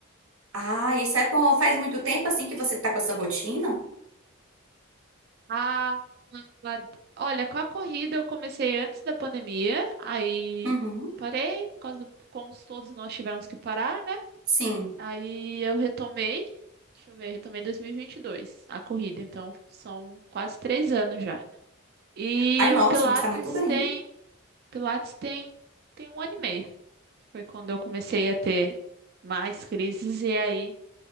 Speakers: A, on the right; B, on the right.
A: Ah, isso é bom. Faz muito tempo assim que você tá com essa rotina?
B: Ah, mas- olha, com a corrida eu comecei antes da pandemia, aí
A: Uhum.
B: parei, por causa do, como todos nós tivemos que parar, né?
A: Sim.
B: Aí eu retomei, deixa eu ver, retomei em 2022 a corrida, então são quase três anos já. E
A: Ai, nossa,
B: o Pilates
A: mas tá muito bem.
B: tem, Pilates tem, tem um ano e meio. Foi quando eu comecei a ter mais crises e aí